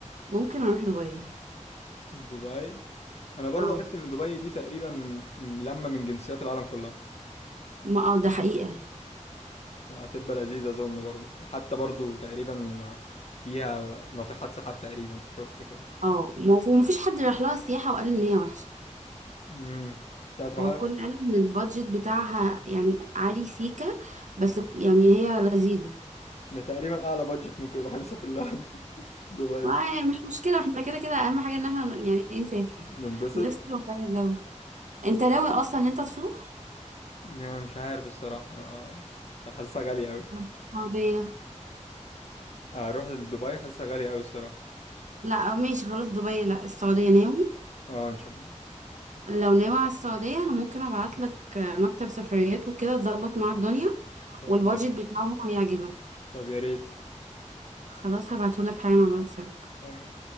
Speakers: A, on the right; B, on the left.
A: ممكن اروح دبي
B: دبي انا برضه
A: اه
B: عرفت ان دبي دي تقريبا لما من جنسيات العالم كلها
A: ما اه ده حقيقه
B: هتبقى لذيذة أظن برضه وحتى برضه تقريبا فيها ناطحات سحاب تقريبا <laughs> شفت كده
A: اه ما هو مفيش حد راح لها سياحه وقال ان هي وحشه
B: امم انت هتروح
A: هو كل علم ان البادجت بتاعها يعني عالي سيكا بس يعني هي لذيذة
B: ده تقريبا أعلى بادجت ممكن الواحد يسافر لها <laughs> دبي
A: ومش مشكلة احنا كده كده اهم حاجة ان احنا يعني ايه نسافر
B: ننبسط
A: نفصل ونغير جو انت ناوي اصلا ان انت تروح
B: يعني مش عارف الصراحة أنا أنا حاسسها غالية أوي
A: السعودية
B: أروح لدبي حاسسها غالية أوي الصراحة
A: لا ماشي خلاص دبي لا السعودية ناوي
B: أه إن شاء الله
A: لو ناوي على السعودية انا ممكن ابعت لك مكتب سفريات وكده تظبط مع الدنيا
B: طب
A: والبادجت
B: يا ريت
A: بتاعهم هيعجبك
B: طب يا ريت
A: خلاص هبعته لك حالا على الواتساب
B: تمام